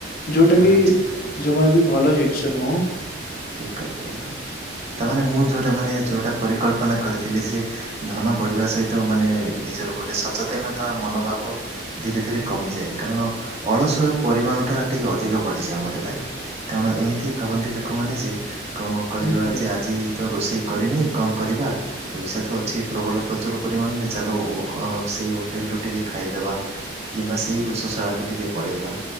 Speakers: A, on the left; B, on the right.
A: ଯୋଉଟା
B: ହଁ
A: କି
B: ହଁ ଠିକ୍ କହିଲେ
A: ଜମା ବି ଭଲ ଜିନିଷ ନୁହଁ।
B: ଠିକ୍ କହିଲେ ଏଇତ। ତାମାନେ ମୁଁ ଯୋଉଟା ମାନେ ଯୋଉଟା ପରିକଳ୍ପନା କରିଥିଲି ଯେ ଧନ ବଢିବା ସହିତ ମାନେ ନିଜର ଗୋ ଟେ ସଚେତନତା ମନୋଭାବ ଧୀରେ ଧୀରେ କମିଯାଏ କାରଣ ଅଳସୁଆ ପରିମାଣଟା ଟିକେ ଅଧିକ ବଢିଯାଏ ମତେ ଲାଗେ, କାରଣ ଏମିତି ଭାବନ୍ତି ଲୋକମାନେ ଯେ କଣ କରିବା
A: ନିହାତି
B: ଯେ ଆଜି ତ ରୋଷେଇ କରିନି କଣ କରିବା? ପଇସା ତ ଅଛି ପ୍ରବଳ ପ୍ରଚୁର ପରିମାଣରେ ଚାଲ ଓ ଅ ସେଇ ହୋଟେଲରୁୁ ଟିକେ ଖାଇଦବା। କିମ୍ବା ସେଇ ରୋଷଶାଳାକୁ ଟିକେ ପଳେଇବା।